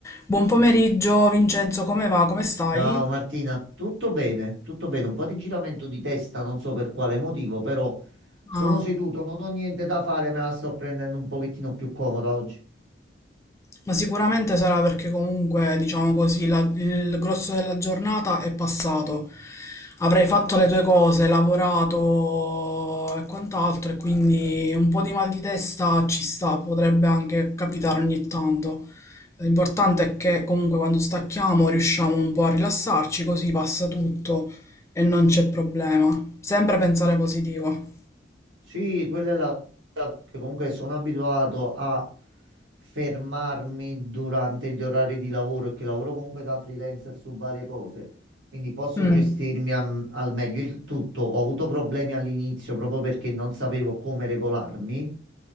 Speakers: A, on the left (about 15°); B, on the right (about 85°).
A: Buon pomeriggio Vincenzo, come va? Come stai?
B: Ciao Martina, tutto bene? Tutto bene, un po' di giramento di testa, non so per quale motivo, però sono
A: Ah,
B: seduto, non ho niente da fare, me la sto prendendo un pochettino più comoda oggi.
A: ma sicuramente sarà perché comunque, diciamo così, la- il grosso della giornata è passato. Avrai fatto le tue cose, lavorato e quant'altro, e quindi un po' di mal di testa ci sta, potrebbe anche capitare ogni tanto. L'importante è che comunque quando stacchiamo riusciamo un po' a rilassarci, così passa tutto e non c'è problema. Sempre pensare positivo.
B: Sì, quella è la... perché comunque sono abituato a fermarmi durante gli orari di lavoro e che lavoro comunque da freelancer su varie cose, quindi posso
A: Mm,
B: gestirmi am- al meglio il tutto. Ho avuto problemi all'inizio proprio perché non sapevo come regolarmi.